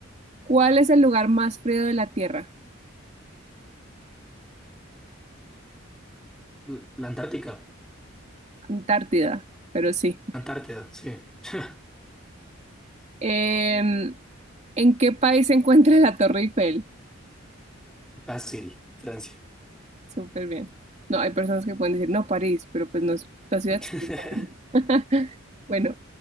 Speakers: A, on the right; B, in the centre.
A: ¿Cuál es el lugar más frío de la Tierra?
B: L- La Antártica.
A: Antártida, pero sí.
B: Antártida, sí. <laughs>
A: Em, ¿en qué país se encuentra la Torre Eiffel?
B: Fácil. Francia.
A: Súper bien. No, hay personas que pueden decir, no, París, pero pues no es la ciudad,
B: <laughs>
A: sino París. <laughs> Bueno,